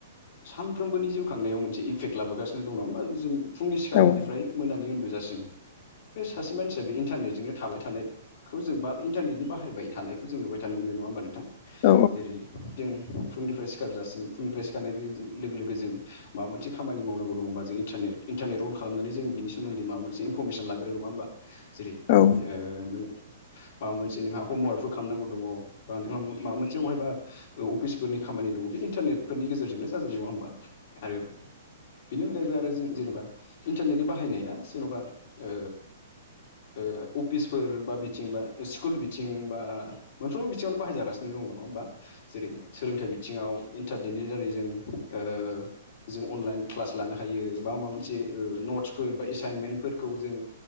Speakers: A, on the left; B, on the left.
A: सानफ्रोमबोनि जिउ खांनायाव मोनसे इफेक्ट लाबोगासिनो दङ नङा होमबा जों फुंनि सिखारनायनिफ्राय
B: ना
A: मोनानि उन्दुजासिम बे सासे मानसिया बे इन्टारनेटजोंनो थाबाय थानाय खौ जों बा इन्टारनेटनि बाहायबाय थानायखौ जों नुबाय थानो मोनो नङा होमबा नोंथां
B: औ
A: जेरै जों फुंनिफ्राय सि सिखार जासि फुंनिफ्राय सिखारनाय लोगो लोगो जों माबा मोनसे खामानि मावनांगौ दङबा जों इन्टरनेट इन्टरनेट आव खालामनानै जों बिनि सोमोन्दै माबा मोनसे इनफरमेसन लाग्रो नङा होमबा जेरै
B: औ
A: नों माबा मोनसे नोंहा हमवार्कफोर खालामनांगौ दङ बा नों माबा मोनसे बबहायबा अफिसफोरनि खामानि दङ बे इन्टारनेटफोरनि गेजेरजोंनो जाजोबो नङा होमबा आरो बिनि अनगायैबो आरो जों जेनेबा इन्टारनेटनि बाहायनाया जेन'बा ओ ओ अफिसफोर बा बिथिं बा स्कुल बिथिं बा मोनफ्रोमबो बिथिङावनो बाहायजागासिनो दं दङ नङा होमबा जेरै सोलोंथाइ बिथिङाव इन्टारनेटनि दारै जों ओ जों अनलाइन क्लास लानो हायो बा माबा मोनसे ओ नटसफोर बा एसाइनमेन्टफोरखौ जों